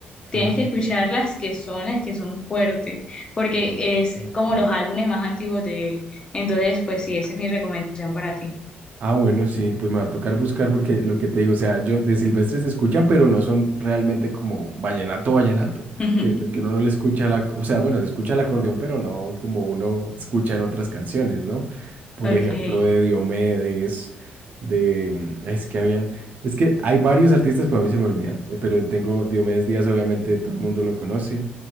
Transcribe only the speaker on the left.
tienes
que escuchar las que son, las que son fuertes, porque
es
como los álbumes más antiguos de él. Entonces,
pues sí, esa es mi recomendación para ti.
<laughs>
Okay.